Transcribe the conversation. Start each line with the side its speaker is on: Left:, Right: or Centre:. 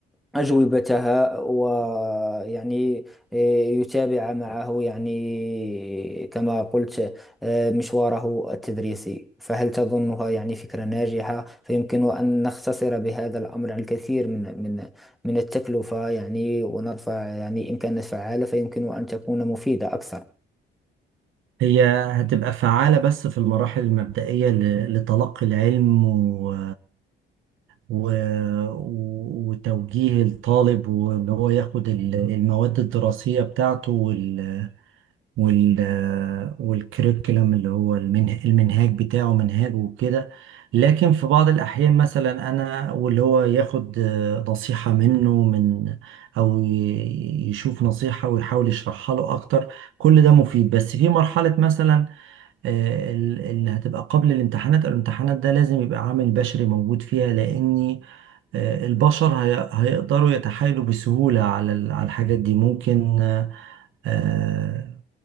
Centre: أجوبتها ويعني يتابع معه يعني كما قلت آه، مشواره التدريسي فهل تظنها يعني فكرة ناجحة فيمكن أن نختصر بهذا الأمر الكثير من من من التكلفة يعني ونرفع يعني إن كانت فعالة فيمكن أن تكون مفيدة أكثر
Right: هي هتبقى فعالة بس في المراحل المبدئية ل- لتلقي العلم و... و- وتوجيه الطالب وان هو ياخد ال- المواد الدراسية بتاعته وال وال والكريكولم اللي هو المنه... المنهاج بتاعه منهاجه وكده لكن في بعض الأحيان مثلا أنا واللي هو ياخد آه، نصيحة منه من أو ي- يشوف نصيحة ويحاول يشرحها له أكتر كل ده مفيد بس في مرحلة مثلا آه، ال- اللي هتبقى قبل الامتحانات الامتحانات ده لازم يبقى عامل بشري موجود فيها لأني آه، البشر هي- هيقدروا يتحايلوا بسهولة على ال- على الحاجات دي ممكن آه، آه،